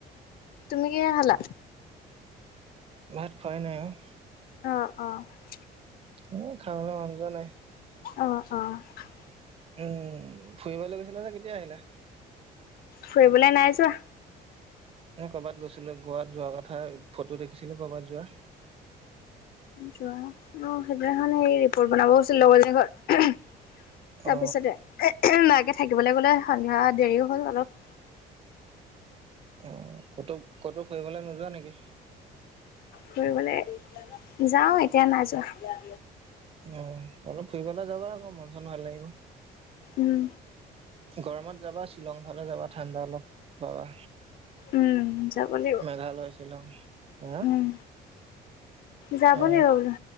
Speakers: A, on the left; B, on the right.
A: তুমি কিহেৰে খালা?
B: ভাত খোৱাই নাই অ'।
A: অৱ অৱ।
B: এনে খাবলৈ মন যোৱা নাই।
A: অৱ অৱ।
B: উম। ফুৰিবলৈ গৈছিলা যে কেতিয়া আহিলা?
A: ফুৰিবলৈ নাই যোৱা।
B: ক'বাত গৈছিলো গোৱাত যোৱা কথা ফটো দেখিছিলো কৰ'বাত যোৱা।
A: যোৱা অ সেইদিনাখন হেৰি ৰিপৰ্ট বনাব গৈছিল লগৰজনী ঘৰত।
B: অ
A: তাৰপিছতে মাকে থাকিবলৈ গ'লে সন্ধিয়া দেৰিও হ'ল অলপ।
B: অ, ক'তো ক'তো ফুৰিবলৈ নোযোৱা নেকি?
A: ফুৰিবলে যাওঁ এতিয়া নাযোৱা।
B: অ, অলপ ফুৰিবলৈ যাবা আক মন চন ভাল লাগিব।
A: উম
B: গৰমত যাবা শ্বিলং ফালে যাবা ঠাণ্ডা অলপ পাবা।
A: উম যাব লাগিব
B: মেঘালয় শ্বিলং হা
A: উম, যাব
B: অ
A: লাগিব বোলো